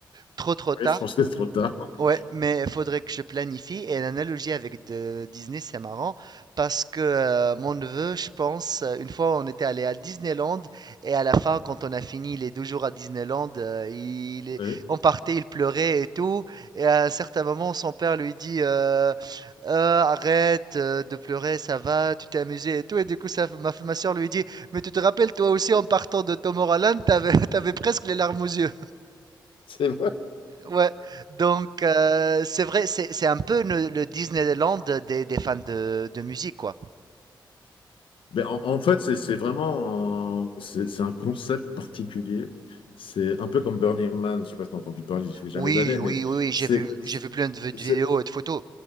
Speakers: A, on the right; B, on the left.
A: Trop, trop tard.
B: oui, je pense que c'est trop tard. <laughs>
A: Ouais, mais il faudrait que je planifie. Et l'analogie avec de- Disney, c'est marrant parce que euh, mon neveu, je pense, euh, une fois, on était allé à Disneyland et à la fin, quand on a fini les deux jours à Disneyland, euh, il est...
B: Oui.
A: on partait, il pleurait et tout. Et à un certain moment, son père lui dit euh, Euh, Arrête euh, de pleurer, ça va, tu t'es amusé et tout. Et du coup, sa- ma, ma soeur lui dit Mais tu te rappelles, toi aussi, en partant de Tom Holland, t'avais, <laughs> t'avais presque les larmes aux yeux.
B: C'est
A: Ouais, donc euh, c'est vrai, c'est c'est un peu le, le Disneyland des, des fans de, de musique, quoi.
B: Ben, en, en fait, c'est c'est vraiment un, c'est c'est un concept particulier. C'est un peu comme Burning Man. Je sais pas si tu as entendu parler, je suis jamais
A: Oui,
B: allé,
A: oui,
B: mais
A: oui, oui,
B: c'est,
A: j'ai vu, j'ai vu plein de vi-
B: c'est,
A: de vidéos et de photos.